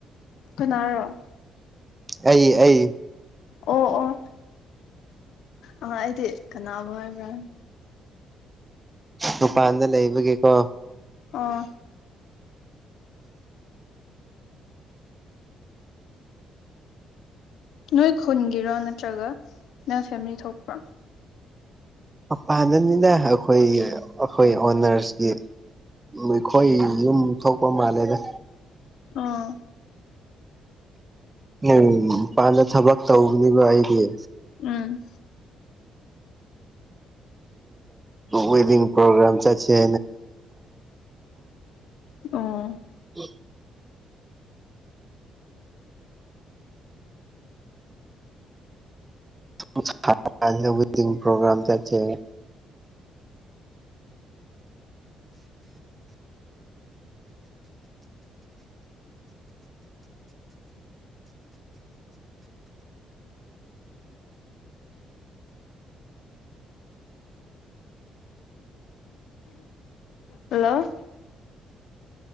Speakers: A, on the left; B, on the right.
A: ꯈꯨꯅꯥꯔꯣ
B: ꯑꯩ ꯑꯩ
A: ꯑꯣ ꯑꯣ ꯑ ꯑꯩꯗꯤ ꯀꯅꯥꯕꯨ ꯍꯥꯏꯕ꯭ꯔꯥ
B: ꯃꯄꯥꯟꯗ ꯂꯩꯕꯒꯤꯦꯀꯣ
A: ꯑꯥ ꯅꯣꯏ ꯈꯨꯟꯒꯤꯔꯣ ꯅꯠꯇ꯭ꯔꯒ ꯅꯣꯏ ꯐꯦꯃꯤꯂꯤ ꯊꯣꯛꯄ꯭ꯔꯣ
B: ꯄꯥꯅꯕꯅꯤꯅ ꯑꯩꯈꯣꯏ ꯑꯩꯈꯣꯏ ꯑꯣꯅꯔꯁꯀꯤ ꯑꯩꯈꯣꯏ ꯌꯨꯝ ꯊꯣꯛꯄ ꯃꯥꯜꯂꯦꯗ
A: ꯑꯥ
B: ꯎꯝ ꯄꯥꯟꯅ ꯊꯕꯛ ꯇꯧꯅꯤꯕꯔꯤꯦ
A: ꯎꯝ
B: ꯋꯦꯗꯤ ꯄꯣꯒ꯭ꯔꯝ ꯆ ꯆ
A: ꯑꯣ
B: ꯎ ꯄꯣꯒ꯭ꯔꯝ ꯆꯦ
A: ꯍꯜꯂꯣ